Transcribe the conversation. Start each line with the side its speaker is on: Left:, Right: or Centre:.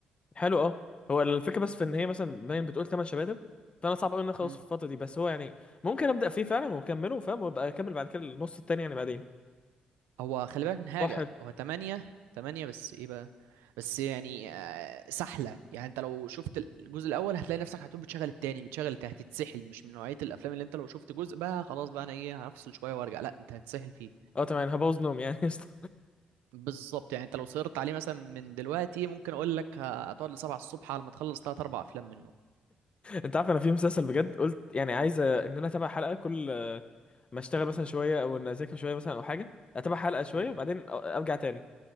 Left: حلو اه هو الفكره بس في ان هي مثلا باين بتقول 8 شباتب فانا صعب قوي ان انا اخلص
Right: امم.
Left: في الفتره دي بس هو يعني ممكن ابدا فيه فعلا واكمله فاهم وابقى اكمل بعد كده النص التاني يعني بعدين
Right: هو خلي بالك من حاجة
Left: فروح
Right: هو تمانية تمانية بس ايه بقى بس يعني آه، سحلة يعني انت لو شفت الجزء الأول هتلاقي نفسك هتقول بتشغل التاني بتشغل التاني هتتسحل مش من نوعية الأفلام اللي انت لو شفت جزء بقى خلاص بقى أنا ايه هفصل شوية وارجع لا انت هتسحل فيه
Left: اه تمام أنا هبوظ نوم يعني <laughs> قشطة.
Right: بالظبط يعني انت لو صرت عليه مثلا من دلوقتي ممكن أقول لك هتقعد لسبعة الصبح على ما تخلص تلات أربع أفلام منه
Left: انت عارف انا في مسلسل بجد قلت يعني عايز ان انا اتابع حلقه كل ما اشتغل مثلا شويه او ان اذاكر شويه مثلا او حاجه اتابع حلقه شويه
Right: مم.
Left: وبعدين ارجع تاني